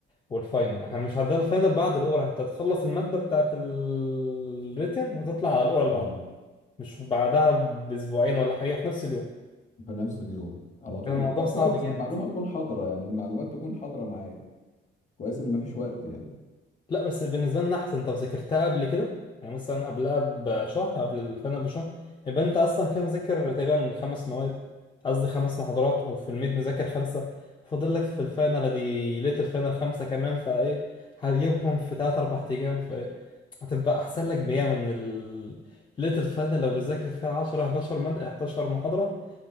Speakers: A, on the left; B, on the left.
A: والفاينل احنا مش هنعدي على الفاينل بعد الأورال أنت هتخلص المادة بتاعت الريتن وتطلع على الأورال
B: اه
A: بعدها مش بعدها بأسبوعين ولا حاجة في نفس اليوم
B: في نفس اليوم على طول
A: الموضوع
B: طب
A: صعب
B: كويس
A: جامد
B: المعلومة تكون حاضرة يعني المعلومات تكون حاضرة معاك كويس ان مفيش وقت يعني
A: لا بس بالنسبة لنا أحسن أنت ذاكرتها قبل كده يعني مثلا قبلها بشهر قبل الفاينل بشهر يبقى أنت أصلا كده مذاكر تقريبا خمس مواد قصدي خمس محاضرات وفي الميد مذاكر خمسة فاضل لك في الفاينل دي ليلة الفاينل خمسة كمان فإيه هتجيبهم في تلات أربع أيام فهتبقى أحسن لك بياما من ال... ليلة الفاينل لو بتذاكر فيها 10 11 مادة 11 محاضرة